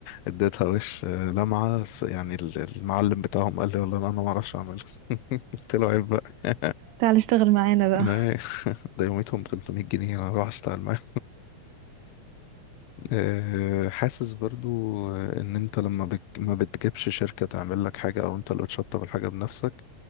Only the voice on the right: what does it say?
تعال اشتغل معانا بقى